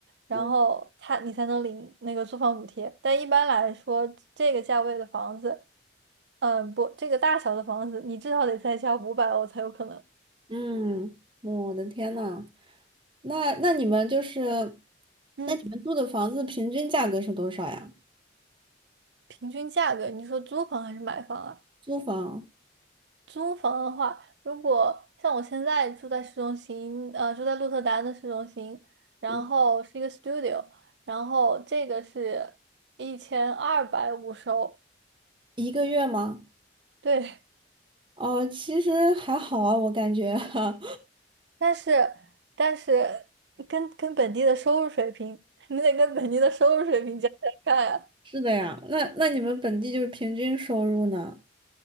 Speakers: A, on the right; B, on the right.
A: 然后他你才能领那个租房补贴。
B: 嗯
A: 但一般来说，这个价位的房子，嗯，不，这个大小的房子，你至少得再加五百欧才有可能。
B: 嗯，我的天呐，那那你们就是，
A: 嗯，
B: 那你们住的房子平均价格是多少呀？
A: 平均价格，你说租房还是买房啊？
B: 租房，
A: 租房的话，如果像我现在住在市中心，呃，住在鹿特丹的市中心，然后是一个
B: 嗯，
A: studio，然后这个是一千二百五十欧，
B: 一个月吗？
A: 对，
B: 哦，其实还好啊，我感觉。<laughs>
A: 但是但是跟跟本地的收入水平，<laughs> 你得跟本地的收入水平加加看啊。
B: 是的呀，那那你们本地就是平均收入呢？